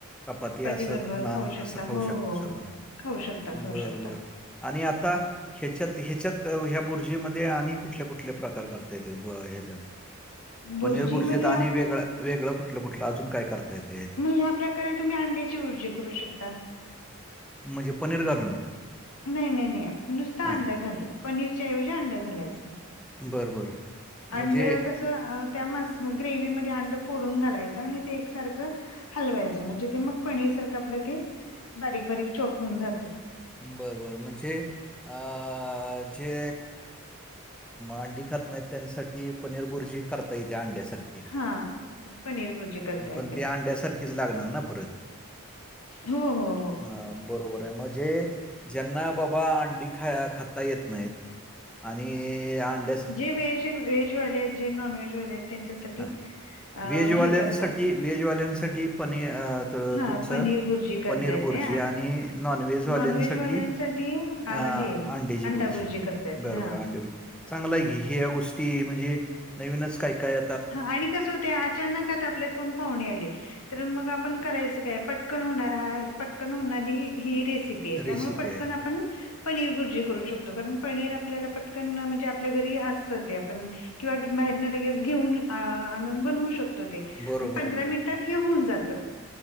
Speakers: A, in the centre; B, on the left (about 85°).
A: चपाती असं
B: बरोबर
A: नान
B: खाऊ शकता.
A: असं
B: हो
A: खाऊ शकत
B: हो
A: सगळं.
B: हो खाऊ शकता खाऊ
A: बर,
B: शकता.
A: बर. आणि आता, हेच्यात, हेच्यात. तर ह्या बुर्जीमध्ये आणि कुठल्या, कुठल्या प्रकार करता येते हेज्यात?
B: बुर्जीमध्ये
A: पनीर बुर्जीत आणि
B: आपण
A: वेगळं, वेगळं कुठलं -कुठलं अजून काय करता येत?
B: म ह्या प्रकारे तुम्ही अंड्याची बुर्जी करू शकता.
A: म्हणजे पनीर घालून?
B: नाही, नाही, नाही नुसत
A: हां.
B: अंड घालून, पनीरच्या ऐवजी अंड घालायचं.
A: बरं, बरं.
B: अंड
A: म्हणजे
B: कसं त्या मस् ग्रेवमध्ये अंड फोडून घालायचं आणि ते एकसारखं हलवायचं, म्हणजे ते मग पनीर सारखं आपलं ते बारीक- बारीक चोक होऊन जातात.
A: बरं, बर म्हणजे अ, जे अंडी खात नाहीत त्यांच्यासाठी पनीर बुर्जी करता येते अंड्यासारखी,
B: हा पनीर भुर्जी करता येते.
A: पण ते अंड्यासारखीच लागणार ना परत.
B: हो, हो, हो.
A: अ, बरोबर हाय, म, जे ज्यांना बाबा अंडी खाया, खाता येत नाहीत. आणि आणं
B: जे व्हेज, व्हेजवाले आहेत, जे नॉन व्हेजवाले आहेत. त्यांच्यासाठी
A: ह,
B: अ
A: व्हेज वाल्यांसाठी,
B: हे करता येतय
A: व्हेज वाल्यांसाठी पनी अ,
B: हा
A: तुमचं,
B: पनीर भुर्जी करता
A: पनीर
B: येते
A: बुर्जी आणि नॉन व्हेजवाल्यांसाठी
B: नॉनव्हेजवाल्यांसाठी
A: अ,
B: हे
A: अंड्याची
B: अंडा
A: बुर्जी,
B: भुर्जी करता येते
A: बरोबर
B: हा.
A: हाय अंडा बुर्जी. चांगलं आहे की, हिया गोष्टी म्हणजे नवीनच काय -काय
B: ह, आणि कसं होतय अचानक आपल्यात कोण पाहुणे आले. तर मग आपण करायचं काय, पटकन होणार हा, पटकन होणारी ही रेसिपी
A: रेसिपी
B: त्यामुळे पटकन
A: आहे.
B: आपण पनीर भुर्जी करू शकतो, कारण पनीर आपल्याला पटकन म्हणजे आपल्या घरी असतं ते आपण किवा बाहेरने लगेच घेऊन आणून बनवू शकतो ते,
A: बरोबर,
B: पंधरा
A: बरोबर.
B: मिनिटात हे होऊन जात.